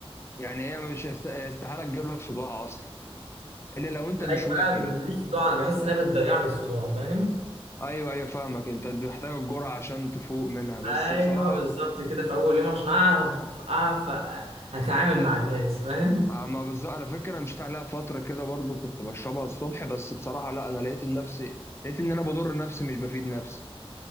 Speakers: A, on the left; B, on the right.
A: يعني هي مش هيست- استحالة تجيب لك صداع أصلا إلا لو أنت
B: ايوه
A: مش واكل
B: لا ما بتجيبليش صداع انا بحس انها بتضيع لي الصداع فاهم
A: أيوه أيوه فاهمك أنت محتاج الجرعة عشان تفوق منها بس
B: ايوه
A: بصراحة
B: بالظبط كده في اول يوم عشان اعرف اعرف هتعامل مع الناس فاهم
A: آه، ما بالظبط على فكرة أنا مشيت عليها فترة كده برضو كنت بشربها الصبح بس بصراحة لا أنا لقيت نفسي لقيت إن أنا بضر نفسي مش بفيد نفسي